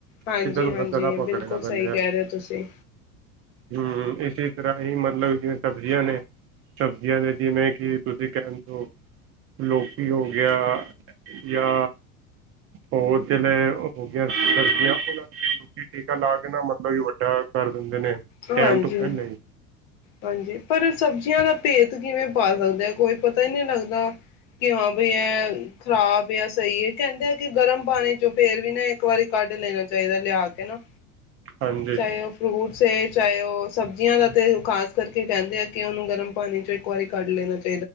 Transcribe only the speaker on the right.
ਸਿੱਧਾ ਤੋਂ ਗਗੜਾ ਪਕੜੇਗਾ
ਪਹਿਲੇ
ਏਹ,
ਹਮ ਇਸੇ ਤ ਅਸੀਂ ਮਤਲਬ ਜਿਵੇਂ ਸਬਜ਼ੀਆਂ ਨੇ ਸਬਜ਼ੀਆਂ ਨੇ ਜਿਵੇਂ ਕਿ ਤੁਸੀਂ ਕਹਿਣਦੇ ਹੋ ਲੋਕੀ ਹੋ ਗਿਆ ਜਾਂ ਹੋਰ ਜਿਹੜੇ ਹੋ ਗਆਂ ਸਬਜ਼ੀਆਂ ਉਹਨਾਂ ਨੂੰ ਟੀਕਾ ਲਾ ਕੇ ਨਾ ਮਤਲਬ ਕਿ ਵੱਡਾ ਕਰ ਦ।
ਟੈਮ ਤੋਂ ਪਹਿਲੇ ਹੀ।
ਹਾਂਜੀ